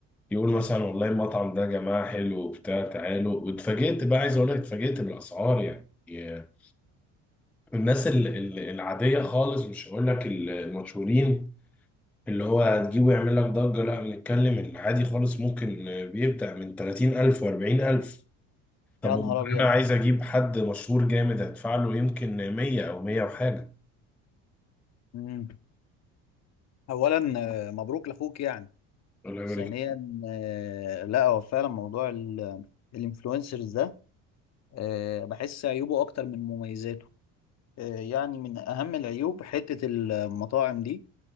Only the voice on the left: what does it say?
يا نهار ابيض
مم. اولا آه، مبروك لاخوك يعني
ثانيا آه، لا هو فعلا موضوع ال- الانفلونسرز ده آه، بحس عيوبه اكتر من مميزاته آه، يعني من اهم العيوب حتة المطاعم دي